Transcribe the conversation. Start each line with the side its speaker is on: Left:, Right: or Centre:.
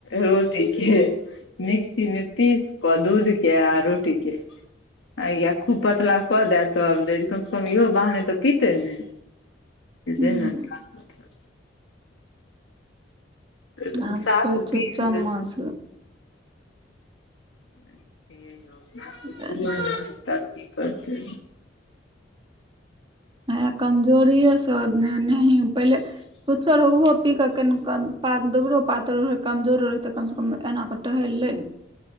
Left: रोटीके मिक्सी मे पीस कऽ, दूध के आ रोटी के आ या खूब पतला कऽ दैं आ तब दै कम सँ कम इहो बहाने तऽ पीतै ने।
Right: हूँ
Left: जे देह मे ताकत हेतै। <unintelligible>
Right: आब
Left: ओ साफ
Right: कहै छौ
Left: पीस
Right: चम्मच
Left: दे <unintelligible>
Right: लए
Left: कि करतै।
Right: हे कमजोरीए सँ ने, नहि पहिले कुछो रहो उहो पी क कनिक पा दुबरो पातर कमजोरो रहै तऽ कम से कम एना कर टहैल लै